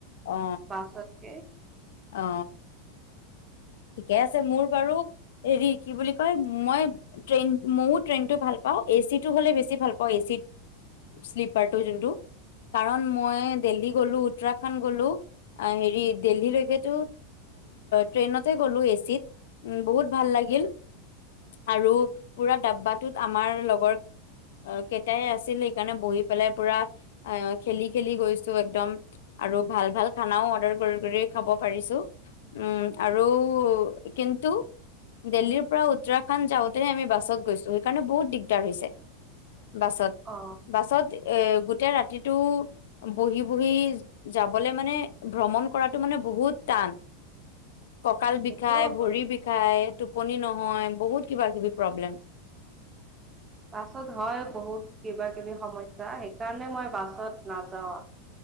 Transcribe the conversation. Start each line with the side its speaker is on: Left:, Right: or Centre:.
Left: অ
Right: বাসচতকে
Left: অ ঠিকে আছে মোৰ বাৰু হেৰি কি বুলি কয় মই ট্ৰেইন মইো ট্ৰেইনটো ভাল পাওঁ এচিটো হ'লে বেছি ভাল পাওঁ এচি শ্লিপাৰটো যোনটো কাৰণ মই দেল্লহি গ'লো উত্তৰাখণ্ড গ'লো হেৰি দেল্লহিলেকেতো ট্ৰেইনত গলো এচিত উ বহুত ভাল লাগিল আৰু পুৰা ডাব্বাটোত আমাৰ লগৰ কেইটাই আছিল সেইকাৰণে বহি পেলাই পুৰা খেলি খেলি গৈছো একদম আৰু ভাল ভাল খানাও অৰ্ডাৰ কৰি কৰি খাব পাৰিছো উম আৰু কিন্তু দিল্লীৰ পৰা উত্তৰাখণ্ড যাওঁতেহে আমি বাছত গৈছো সেইকাৰণে বহুত দিগদাৰ হৈছে বাছত
Right: অ
Left: বাছত এ গোটেই ৰাতিটো বহি বহি যাবলে মানে ভ্ৰমণ কৰাটো মানে বহুত টান কঁকাল বিষায়
Right: সেইটোও
Left: ভৰি
Right: হয়
Left: বিষায় টোপনি নহয় বহুত কিবা কিবি প্ৰব্লেম
Right: বাছত হয় বহুত কিবা কিবি সমস্যা সেইকাৰণে মই বাছত নাযাওঁ